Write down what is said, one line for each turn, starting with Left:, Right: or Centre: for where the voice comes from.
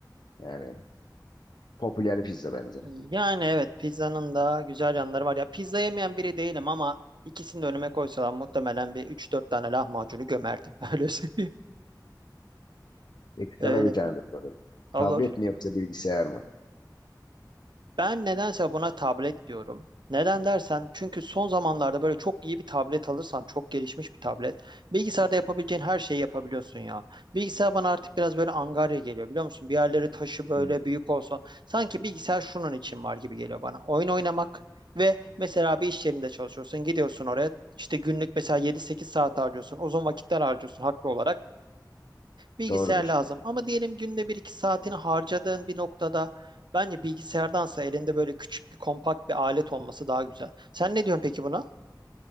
Left: Yani popüler pizza bence.
Right: Yani evet pizzanın da güzel yanları var. Ya pizza yemeyen biri değilim ama ikisini de önüme koysalar muhtemelen bir üç dört tane lahmacunu gömerdim. <laughs> Öyle söyleyeyim.
Left: Peki
Right: Öyle.
Left: sana bir tane de soru.
Right: Olur.
Left: Tablet mi yoksa bilgisayar mı?
Right: Ben nedense buna tablet diyorum. Neden dersen çünkü son zamanlarda böyle çok iyi bir tablet alırsan çok gelişmiş bir tablet. Bilgisayarda yapabileceğin her şeyi yapabiliyorsun ya. Bilgisayar bana artık biraz böyle angarya geliyor biliyor musun? Bir yerleri taşı böyle
Left: Hmm,
Right: büyük olsa sanki bilgisayar şunun için var gibi geliyor bana. Oyun oynamak ve mesela bir iş yerinde çalışıyorsun gidiyorsun oraya işte günlük mesela 7-8 saat harcıyorsun uzun vakitler harcıyorsun haklı olarak. Bilgisayar
Left: doğrudur.
Right: lazım. Ama diyelim günde bir iki saatini harcadığın bir noktada bence bilgisayardansa elinde böyle küçük bir kompakt bir alet olması daha güzel. Sen ne diyorsun peki buna?